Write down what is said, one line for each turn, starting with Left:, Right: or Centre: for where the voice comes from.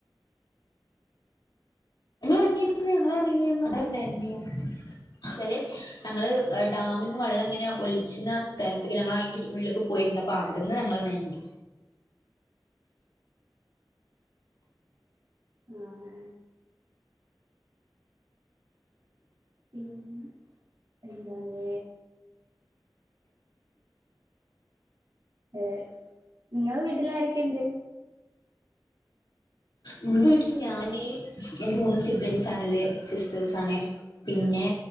Left: ഇങ്ങള് എറങ്ങിടത്തന്നെ ഞങ്ങളും എറങ്ങ്യേന്നാല് <unintelligible> ച്ചാല് ഞങ്ങള് ഡാമിന്ന്
Right: ആഹ്
Left: വെള്ളംങ്ങന ഒല്ച്ച്ണ സ്ഥലത്ത്ക്ക് ഞങ്ങൾ അയിന്റെ ഉള്ളിക്ക് പോയിര്ന്നപ്പോ അവിടുന്ന് ഞങ്ങള് നെൻഞ്ഞു
Right: ആഹ് ആഹ് പിന്നേ എന്താണ്? ഏഹ് ഇങ്ങളെ വീട്ടില് ആരൊക്കെയുണ്ട്?
Left: ന്റെ വീട്ടില് ഞാന് എന്റെ മൂന്ന് സിബ്ലിങ്സ് ആണ്ള്ള്. സിസ്റ്റേഴ്സ് ആണ്. പിന്നെ